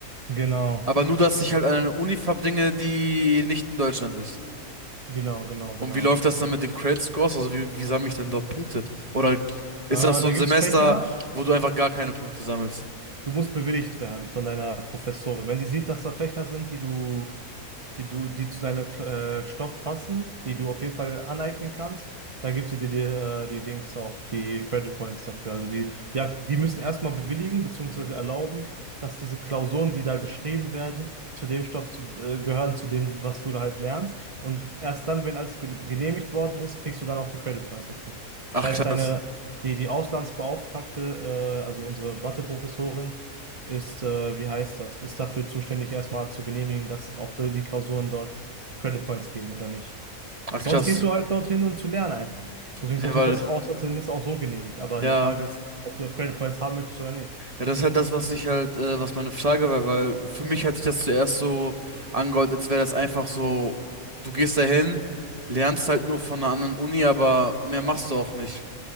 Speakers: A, on the right; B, on the right.
A: Genau,
B: Aber nur, dass ich halt an eine Uni verbringe, die nicht in Deutschland ist.
A: genau, genau,
B: Und
A: genau.
B: wie läuft das dann mit den Credit Scores? Also wie, wie sammle ich dann dort Punkte? Oder ist
A: Äh, da
B: das so ein
A: gibt
B: Semester,
A: es Fächer.
B: wo du einfach gar keine Punkte sammelst?
A: Du musst bewilligt werden von deiner Professorin. Wenn sie sieht, dass da Fächer sind, die du, die du, die zu deinem äh, Stoff passen, die du auf jeden Fall aneignen kannst, dann gibt sie dir die, äh, die Dings auch, die Credit Points dafür. Also die, die, die müssen erstmal bewilligen bzw. erlauben, dass diese Klausuren, die da geschrieben werden, zu dem Stoff zu, äh, gehören, zu dem, was du da halt lernst. Und erst dann, wenn alles ge- genehmigt worden ist, kriegst du dann auch die Credit Points dafür.
B: Ach
A: Das heißt,
B: krass.
A: deine die, die Auslandsbeauftragte, äh, also unsere Matheprofessorin, ist, äh, wie heißt das, ist dafür zuständig, erstmal zu genehmigen, dass auch die, die Klausuren dort Credit Points geben oder nicht.
B: Ach
A: Sonst
B: krass.
A: gehst du halt dorthin, um zu lernen einfach. Du kriegst
B: Nee,
A: natürlich
B: weil,
A: das Auslandssemester auch so genehmigt, aber
B: ja.
A: die Frage ist, ob du Credit Points haben möchtest oder nicht.
B: Ja, das ist halt das, was ich halt, äh, was meine Frage war, weil für mich hat sich das zuerst so angehört, als wäre das einfach so, du gehst dahin, lernst halt nur von einer anderen Uni, aber mehr machst du auch nicht.